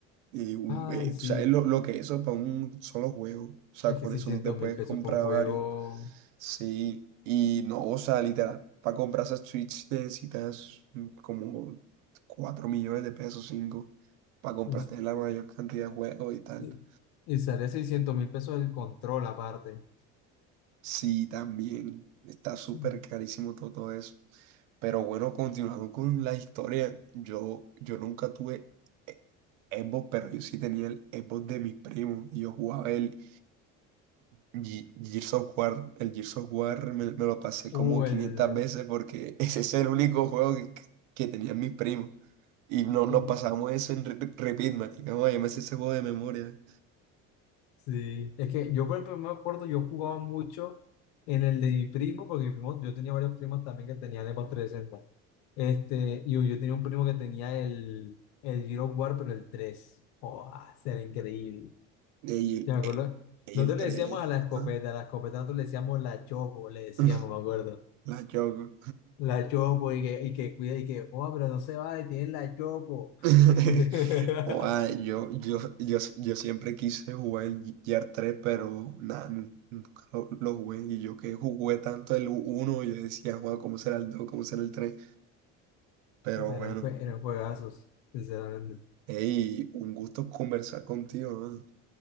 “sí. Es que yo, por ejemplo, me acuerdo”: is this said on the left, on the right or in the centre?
Left